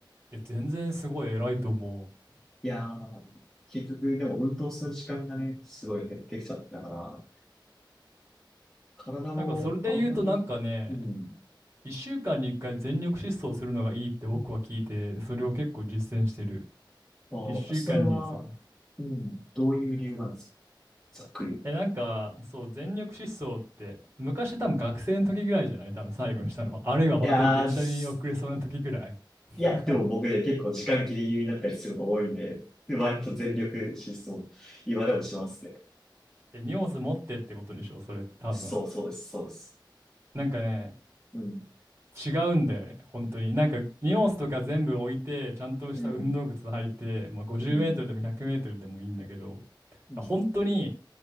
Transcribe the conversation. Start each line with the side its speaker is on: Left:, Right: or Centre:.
Right: いや、全然すごい偉いと思う。
Centre: いやー、結局、でも運動する時間がね、すごい減ってきちゃったから、体もあんまり、
Right: なんかそれで言うとなんかね、
Centre: うん、
Right: 1週間に1回全力疾走するのがいいって僕は聞いて、それを結構実践してる。
Centre: まあ、
Right: 一週間に、
Centre: それは、
Right: そう
Centre: うん、どういう理由なんですかざっくり。い
Right: え、なんか、そう、全力疾走って、昔多分学生の時ぐらいじゃない多分最後にしたのあるいは本当に電車に遅れそうな時ぐらい。
Centre: やー、す
Right: <laughs>
Centre: いや、でも僕ね、結構時間ギリギリになったりすること多いんで、で割と全力疾走、今でもしますね。
Right: え、荷物持ってってことでしょそれって多分。
Centre: そうそうです、そうです。
Right: なんかね、
Centre: うん、
Right: 違うんだよね。本当に。なんか、荷物とか全部置いて、ちゃんとした運動靴履いて、
Centre: うん、
Right: まあ、50メートルでも100メートルでもいいんだけど、
Centre: うん、うん。
Right: 本当に、